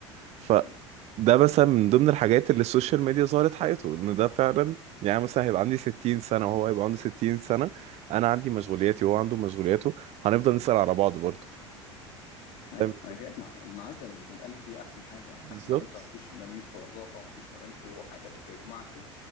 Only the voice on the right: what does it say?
ف
ده مثلا من ضمن الحاجات اللي السوشيال ميديا ظهرت حياته ان ده فعلا يعني مثلا هيبقى عندي 60 سنة وهو هيبقى عنده 60 سنة انا عندي مشغولياتي وهو عنده مشغولياته هنفضل نسأل على بعض برضه فاهم
بالظبط